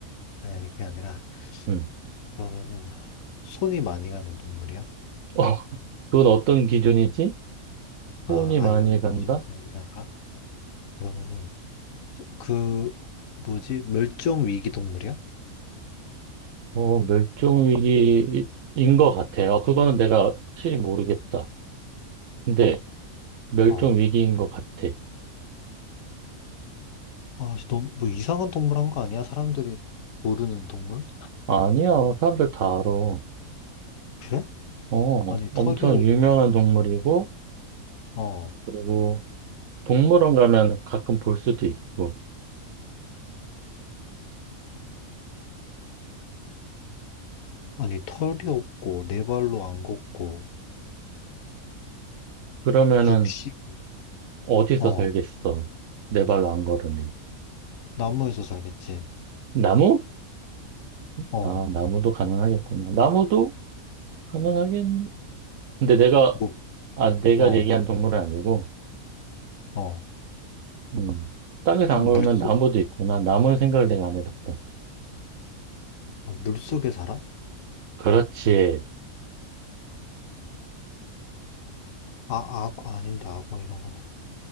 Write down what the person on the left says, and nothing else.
아니, 아니, 그게 아니라,
그러면은, 손이 많이 가는 동물이야?
아,
아, 이거
기준 좀 애매한가? 그러면은, 저- 그, 뭐지? 멸종 위기 동물이야?
어.
아, 너무, 뭐 이상한 동물 한 거 아니야? 사람들이 모르는 동물?
그래?
아니,
털이 없,
어.
아니, 털이 없고, 네 발로 안 걷고,
육식,
어.
나무에서 살겠지.
어,
뭐,
어,
어.
그럼
물속,
아, 물속에 살아?
아, 아, 아닌데, 악어 이런 거